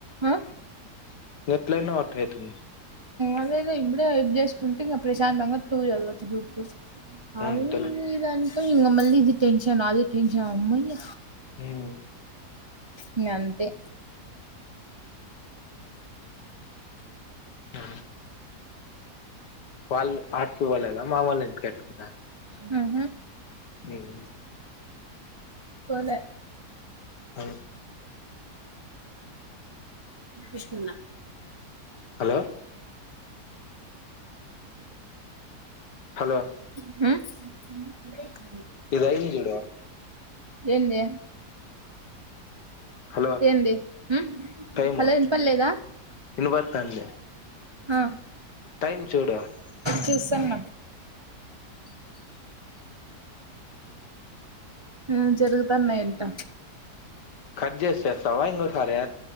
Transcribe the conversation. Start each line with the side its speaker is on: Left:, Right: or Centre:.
Right: ఆ
Left: <unintelligible> ఎట్లైన ఒటే అయితుంది.
Right: అదదే ఇప్పుడే ఐప్ జేసుకుంటే ఇంగ ప్రశాంతంగా టూ చదవచ్చు గ్రూప్ టూ. అదీ
Left: అంతేలే
Right: ఇదన్ ఇంగ మళ్ళీ ఇది టెన్షన్ అది టెన్షన్ అమ్మయ్య
Left: మ్మ్
Right: ఇంగంతే
Left: మ్మ్ వాళ్ళ్ ఆట్కి పోలేదా మామోళ్ళింటికాటికి
Right: మ్మ్ హు
Left: మెమ్మ్
Right: పోలే
Left: అ
Right: విష్ణున్న
Left: హలో హలో
Right: మ్
Left: ఇది ఐంది జూడు
Right: ఏంది
Left: హలో
Right: ఏంది ఉమ్
Left: టైము
Right: హలో ఇనపడలేదా
Left: ఇనపడుతాంది
Right: ఆ
Left: టైం చూడు
Right: చూస్తున్న మ్ జరుగుతన్నయంట.
Left: కట్ చేసేస్తావా ఇంగోసారే